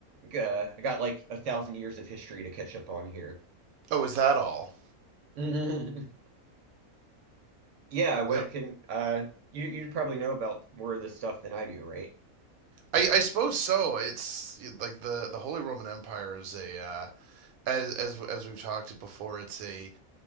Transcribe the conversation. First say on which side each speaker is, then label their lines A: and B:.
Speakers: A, on the right; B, on the right.
A: uh, I got like a thousand years of history to catch up on here.
B: Oh, is that all?
A: <laughs> Yeah, what
B: No,
A: can uh you you probably know about more of this stuff than I do, right?
B: I, I suppose so. It's like the the Holy Roman Empire is a uh, as as as we've talked it before. It's a